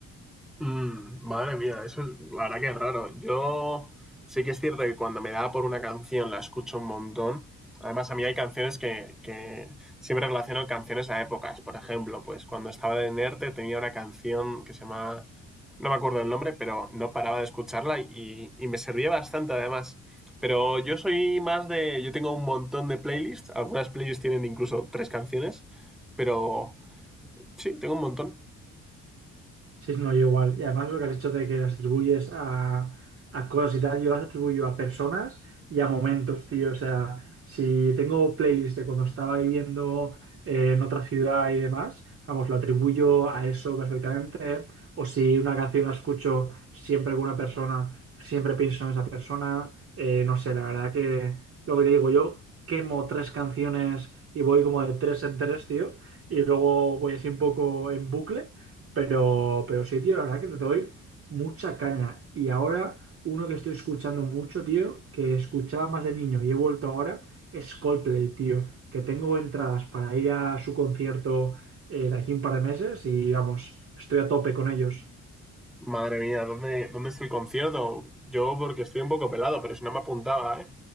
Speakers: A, in the centre; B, on the right (about 50°).
A: Mm, madre mía, eso es, la verdad que es raro. Yo sí que es cierto que cuando me da por una canción la escucho un montón. Además, a mí hay canciones que, que siempre relaciono canciones a épocas. Por ejemplo, pues cuando estaba de Nerte tenía una canción que se llama, no me acuerdo el nombre, pero no paraba de escucharla y, y me servía bastante además. Pero yo soy más de, yo tengo un montón de playlists. Algunas playlists tienen incluso tres canciones, pero sí, tengo un montón.
B: Sí, no, yo igual. Y además lo que has hecho de que las atribuyes a, a cosas y tal, yo las atribuyo a personas y a momentos, tío. O sea, si tengo playlist de cuando estaba viviendo eh, en otra ciudad y demás, vamos, lo atribuyo a eso perfectamente. O si una canción la escucho siempre con una persona, siempre pienso en esa persona. Eh, no sé, la verdad que lo que te digo, yo quemo tres canciones y voy como de tres en tres, tío. Y luego voy así un poco en bucle. Pero, pero sí, tío, la verdad que le doy mucha caña. Y ahora, uno que estoy escuchando mucho, tío, que escuchaba más de niño y he vuelto ahora, es Coldplay, tío. Que tengo entradas para ir a su concierto eh, de aquí un par de meses y vamos, estoy a tope con ellos.
A: Madre mía, ¿dónde, dónde estoy concierto? Yo porque estoy un poco pelado, pero si no me apuntaba, ¿eh?